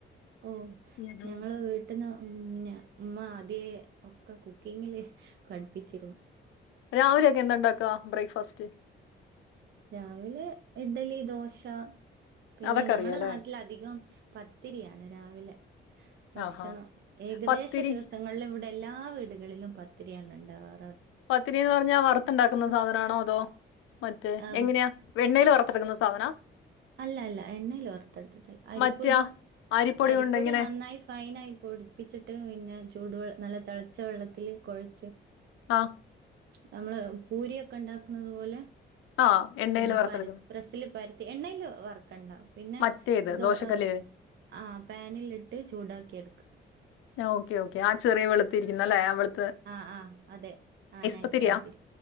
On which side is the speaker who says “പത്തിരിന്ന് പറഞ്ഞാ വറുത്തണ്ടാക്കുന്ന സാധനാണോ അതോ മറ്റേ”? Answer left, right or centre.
Left